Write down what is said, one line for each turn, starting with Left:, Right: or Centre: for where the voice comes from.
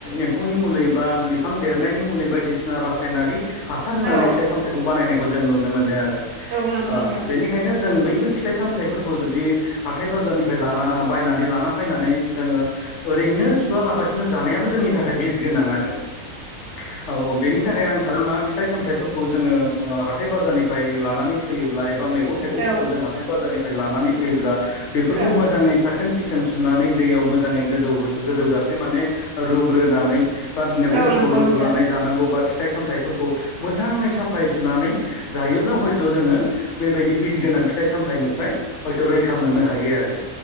Left: एम्फौनि मुलि बा बि बिफां देरनायनि मुलि बायदिसिना रासायनारि हासार होनानै
Right: औ औ
Left: फिथाइ सामथायाइखौ बानायनायखौ जों नुनो मोनो आरो
Right: औ नंगौ
Left: ओ
Right: नोंथां
Left: बेनिखायनो जों बै फोर फिथाइ सामथाइफोरखौ जुदि हाथाय बाजारनिफ्राय लाना बायनानै लाना फैनानै जोङो ओ रैनो सुवा लाबसिनो जानायाबो जोंनि थाखाय बिस गोनां आरो औ औ बेनि नि थाखाय आं सानो मा फिथाइ सामथथायफोरखौ जोङो हाथाय बाजारनिफ्राय लानानै फैयोब्ला एबा मै आं थाइगंफोरखौ
Right: औ
Left: जों हा बाजारनिफ्राय लानानै फैफोरखौ
Right: औ
Left: मोजाङै सा खोन सिखोन सुनानै दैयाव मोजाङै गोदौ गोजौ जासे माने रुग्रोनानै बाद- मैगंफोरखौ
Right: औ नंगौ
Left: रुग्रोनानै
Right: नोंथां
Left: जानां गौ बा फिथाय सामथाय फोरखौ मोजाङै साफायै सुनानै जायोब्ला हयथ जोङो बेबादिनो बिस गोनां फिथाइ सामथाइनिफ्राय हयथ' रैखा मोननो हायो आरो।